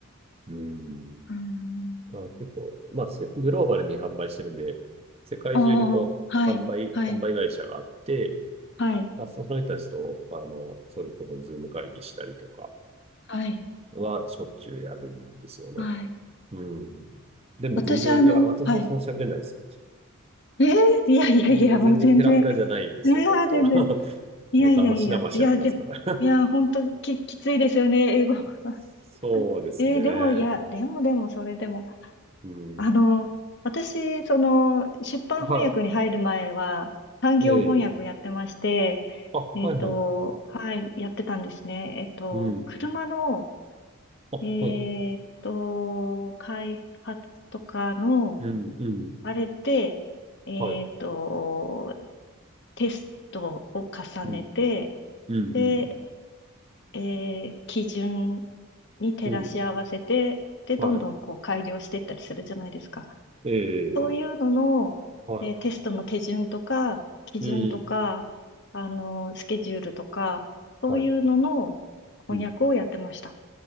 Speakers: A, on the right; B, on the left.
A: うん。
B: うーん。
A: あ、結構、まあ、せグローバルに販売してるんで、世界中にこう、
B: ああ、はい。
A: 販売、
B: はい。
A: 販売会社があって、
B: はい。
A: まあ、その人たちと、あの、それこそズーム会議したりとか
B: はい。
A: はしょっちゅうやるんですよね。
B: はい。
A: うん。でも全然、
B: 私、あの、
A: いや、私もそんな喋れないですよ。
B: はい。えー、
A: <laughs>
B: いやいやいや、
A: そんな全然ペラペラじゃないんですよ、
B: もう全然。ねえ、
A: 本当
B: 全然。
A: <laughs>
B: いやいやいや、
A: もう騙し騙しやってますから
B: いや、でも、いや、本当き、きついですよね、英語。<laughs>
A: <laughs> そうですね。
B: えーでも、いや、でもでも、それでも、
A: うん。
B: あの、私、その、出版翻訳に入る前は、
A: は
B: 産業翻訳やってまして、
A: い。ええ。あ、
B: えっと、
A: はいはい。
B: はい、やってたんですね。えっと、
A: うん。
B: 車の、
A: あ、
B: えっと、
A: はい。
B: 開発とかの、
A: うん、うん。
B: あれで、えっと、
A: はい。
B: テストを重ねて、
A: うん、うん、
B: で、
A: う
B: えー基準に照らし合わせて、
A: ん。うん。
B: で、
A: はい。
B: どんどんこう改良していったりするじゃないですか。
A: ええ。
B: そういうのの、
A: は
B: えーテストの手順とか、基準とか、
A: い。うん。
B: あのスケジュールとか、そういうのの翻訳をやってました。
A: はい。うん。